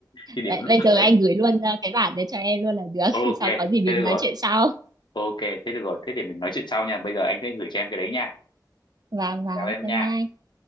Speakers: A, on the left; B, on the right.
A: thì để
B: Vậy
A: một lúc
B: Bây
A: nào
B: giờ
A: đấy
B: anh gửi luôn ờ, cái bản đấy cho em luôn là được.
A: ok
B: <laughs> Sau có gì mình
A: thế được
B: nói
A: rồi
B: chuyện sau.
A: ok thế được rồi thế để mình nói chuyện sau nha bây giờ anh sẽ gửi cho em cái đấy nha
B: Vâng, vâng.
A: chào em
B: Bye
A: nha
B: bye.